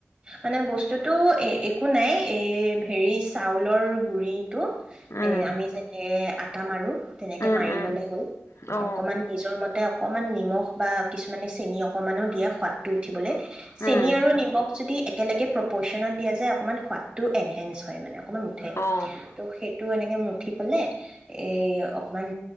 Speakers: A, on the right; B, on the left.
A: মানে বস্তুটো একো নাই এই হেৰি চাউলৰ গুৰিটো
B: উম
A: এ আমি যেনে আটা মাৰো তেনেকে
B: উম
A: মাৰি
B: উম
A: ললে হ'ল
B: অ
A: অকমান নিজৰ মতে অকণমান নিমখ বা কিছুমানে চেনি অকণমানো দিয়া সোৱাদটো উঠিবলৈ চেনি
B: উম
A: আৰু নিমখ যদি একেলগে প্ৰপচনত দিয়া যায় অকণমান সোৱাদটো এনহেঞ্চ হয় মানে অকমান উঠে
B: অ
A: ত' সেইটো এনেকে উঠি পেলাই এই অকণমান